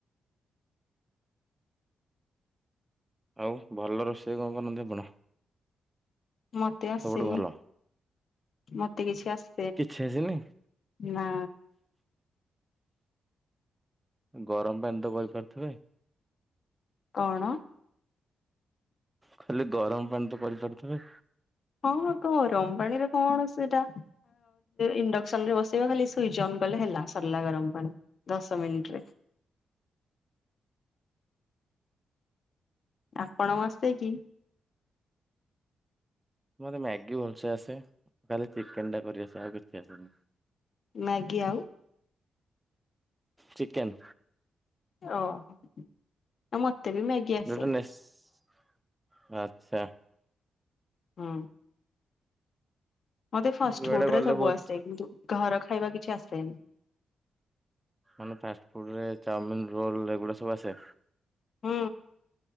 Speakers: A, on the right; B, on the left.
A: ଆଉ ଭଲ ରୋଷେଇ କଣ କରନ୍ତି ଆପଣ?
B: ମତେ ଆସେନି
A: ସବୁଠୁ ଭଲ?
B: ମତେ କିଛି ଆସେନି।
A: କିଛି ଆସେନି।
B: ନା
A: ଗରମ ପାଣି ତ କରିପାରୁଥିବେ।
B: କଣ?
A: ଖାଲି ଗରମ ପାଣି ତ କରିପାରୁଥିବେ।
B: ହଁ କଣ ଗରମ ପାଣିରେ କଣ ସେଟା ଇଣ୍ଡକ୍ସନ ରେ ବସେଇବ ଖାଲି। ସୁଇଜ ଅନ କଲେ ହେଲା ସରିଲା ଗରମ ପାଣି ଦଶ ମିନିଟରେ। ଆପଣଙ୍କୁ ଆସେ କି?
A: ମତେ ମ୍ୟାଗି ଭଲସେ ଆସେ ଖାଲି ଚିକେନ ଟା କରିଆସେ ଆଉ କିଛି ଆସେନି।
B: ମ୍ୟାଗି ଆଉ
A: ଚିକେନ।
B: ଓହୋ ମତେ ବି ମ୍ୟାଗି ଆସେ।
A: ନୁଡୁନେଶ ଆଚ୍ଛା।
B: ହୁଁ। ମତେ ଫାଷ୍ଟ
A: ଯୁଆଡେ
B: ଫୁଡ
A: ଗଲେ
B: ରେ ସବୁ
A: ବହୁତ
B: ଆସେ। କିନ୍ତୁ ଘର ଖାଇବା କିଛି ଆସେନି।
A: ମାନେ ଫାଷ୍ଟଫୁଡ଼ ରେ ଚାଉମିନ ରୋଲ ଏଗୁଡ଼ା ସବୁ ଆସେ।
B: ହୁଁ।